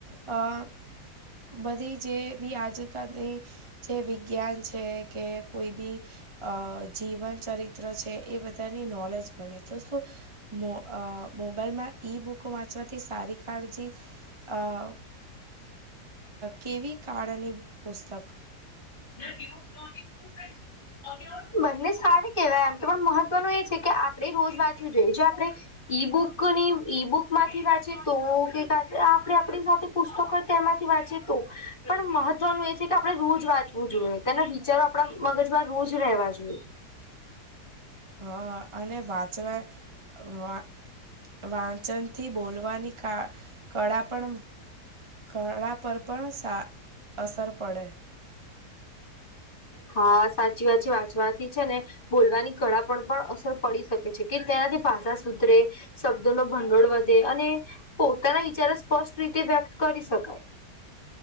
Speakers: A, on the right; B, on the left.
A: અ બધી જે બી આજકાલની જે વિજ્ઞાન છે કે કોઈ બી અ જીવન ચરિત્ર છે એ બધા. પોતાની નૉલેજ મળે તો શું મો મોબાઈલમાં. ઈ બુક વાંચવાથી સારી કાળજી. અ. કેવી કાળ અને પુસ્તક.
B: <unintelligible> બંને સાર કેવાય એમ તો પણ મહત્વનું એ છે કે આપણેે રોજ વાંચવું જોઈએ જે આપણેે. ઈ બુક ની ઈ બુક માંથી વાંચે તો કે આપડે આપણી સાથે. પુસ્તકો તેમાંથી વાંચે તો પણ મહત્વનું એ છે કે આપણે રોજ વાંચ શું જોઈએ તેના વિચારો આપણા મગજમાં રોજ રહેવા જોઈએ.
A: હા અને વાંચવા વા વા. વચનથી બોલવાની કા કળા પણ. કળાપર પણ સા અસર પડે.
B: હા સાચી વાત છે વાંચવાથી છે ને બોલવાની કળા. પણ અસર પડી શકે છે કે તેનાથી ભાષા સુધરે શબ્દો ન ભંડોળ વધે અને. પોતાના વિચારો સ્પષ્ટ રીતે વ્યક્ત કરી શકાય.